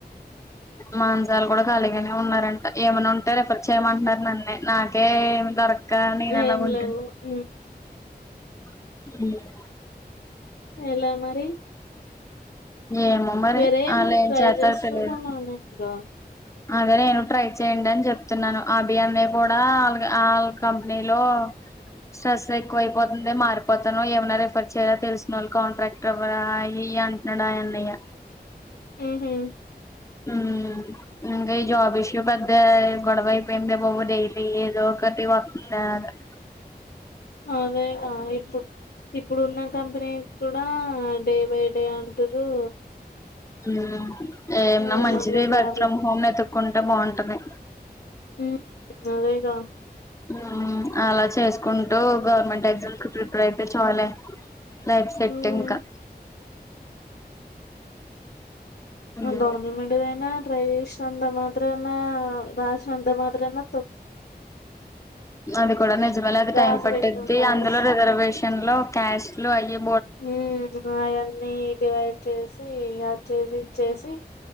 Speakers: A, on the left (about 20°); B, on the left (about 75°).
A: మాంజాలు కూడా ఖాళీగానే ఉన్నారంట ఏమైనా ఉంటే రెఫర్ చేయమంటున్నారు నన్నే నా ఒకే దొరక ననలా
B: ఏం
A: ఉంట
B: లేవు
A: హ
B: ఎలా మరి
A: ఏమో మరి
B: వరే ఏమని
A: వాళ్ళు ఏం
B: ట్రై
A: చేస్తారో
B: చేసి
A: తెలియదు
B: చూడం అన్న ఇంకా
A: అదే నేను ట్రై చేయయండి అని చెప్తున్నాను అభి అన్న కూడా వాళ ఆ కంపెనీలో స్ట్రేస్ ఎక్కువైపోతుంది మారిపోత ఏవనా రిఫర్ చేయి తెల్ సోన్ ల్ కాంట్రాక్ట్ ఎవరయి ఈ అన్ అంట్ నాడ్ డఅన్నయ
B: హుహు
A: ఉమ్ ఇంగ ఈ జాబ్ ఇష్యూ పెద్దె ఏ గొడవ అయిపెందే బాబు డైలీ ఏదో ఒకటి వత్ త్యదో <unintelligible>
B: ఆమెగా ఇపు ఇప్పుడు ఉన్న కంపెనీ కూడా డే బై డే అంట్ రు
A: హుమ్ ఏనమ్
B: ఏం
A: మంచిదే
B: అర్థం
A: వర్క్
B: కావట్లే
A: ఫ్రమ్ హోమ్ ఎతుక్కుంటే బాఉంటది
B: హ్మ్ అదే గ
A: హుమ్ అలా చేసుకుంటూ గౌర్ మెంట్ ఎగ్జామ్స్ కి ప్రిప్రిపేరయితే చలే లైఫ్ సెట్
B: మ్,
A: ఇంకా ఉమ్
B: గౌర్ న్ మెంటు దైన ట్రై జేశ్ నంత మాత్రనా అ రాసినంత మాత్రనా
A: అది కూడా నిజమే లే అది
B: రాసి
A: టైం పట్టిది
B: పెట్టి ఉండాలి
A: అందులో రిజర్ వేష్ టెన్ లో క్యాష్ లు ఐ ఎప్
B: హుమ్ అయన్నీ ఇటు అటు స్ ఫీ అద్ చేసి ఇద్ చేసి